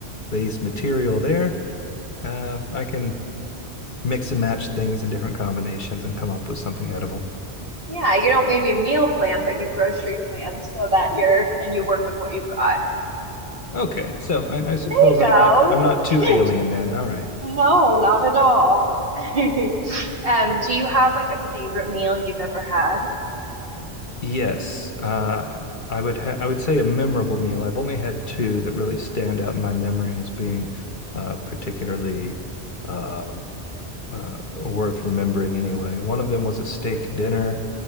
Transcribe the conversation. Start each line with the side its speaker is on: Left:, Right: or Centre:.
Left: base material there, uh, I can mix and match things in different combinations and come up with something edible.
Right: Yeah, you don't maybe meal plan, but you grocery plan so that you're and you work with what you've got.
Left: Okay, so I, I suppose
Right: There you go.
Left: I'm not I'm not too
Right: <laughs>
Left: alien then. All right.
Right: No, not at all. <laughs> Um, do you have like a favorite meal you've ever had?
Left: Yes, uh, I would ha I would say a memorable meal. I've only had two that really stand out in my memory as being uh, particularly uh, uh, worth remembering. Anyway, one of them was a steak dinner